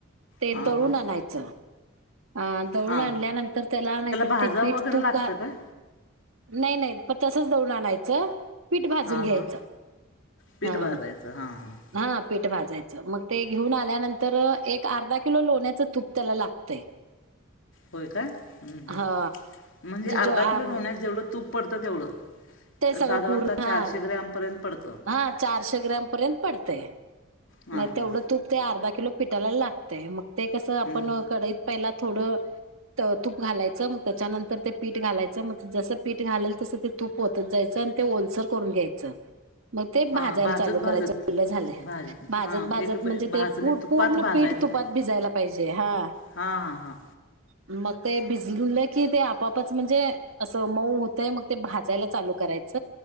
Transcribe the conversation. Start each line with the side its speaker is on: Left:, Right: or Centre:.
Right: ते
Left: हां
Right: दळून
Left: हां
Right: आणायचं अ दळून
Left: हां
Right: आणल्यानंतर त्याला नाहीतर
Left: भाजावं
Right: ते पीठ
Left: वगैरे
Right: तूप
Left: लागतं
Right: घा
Left: काय
Right: नाही नाही प तसच दौडन आणायचं पीठ भाजून
Left: हां
Right: घ्यायचं
Left: हां पीठ
Right: हा
Left: भाजायचं हां हां
Right: हा पीठ भाजायचं मग ते घेऊन आल्यानंतर एक अर्धा किलो लोण्याचं तूप त्याला लागतंय
Left: होय काय हम्म
Right: हा
Left: हम् म्हणजे अर्धा
Right: जो आम
Left: किलो लोहण्यात जेवढं तूप पडतं तेवढं
Right: ते सगळं
Left: साधारणतः
Right: पूर्ण हा
Left: चारशे ग्रॅमपर्यंत पडतं
Right: हा चारशे ग्रॅम पर्यंत पडते
Left: हां
Right: मग
Left: हां
Right: तेवढं तूप ते अर्धा किलो पिटायला लागते मग ते कसं आपण
Left: हं.
Right: कडईत पहिला थोडं तूप घालायचं मग त्याच्यानंतर ते पीठ घालायचं मग जस पीठ घालेल तसं ते तूप पोहतच जायचं आणि ते ओलसर करून घ्यायचं मग ते भाजायला
Left: हां भाजत
Right: चालू
Left: भाजत
Right: करायच फुलं झालं
Left: भाज
Right: भाजत
Left: हां
Right: भाजत
Left: एक ब-
Right: म्हणजे
Left: भाजणी
Right: ते पूर्ण
Left: तुपात भाजायचं
Right: पीठ तुपात
Left: ते
Right: भिजयला पाहिजे हा
Left: हां हां
Right: मग ते भिजलं की ते आपापच म्हणजे असं मऊ होतंय मग ते भाजायला चालू करायच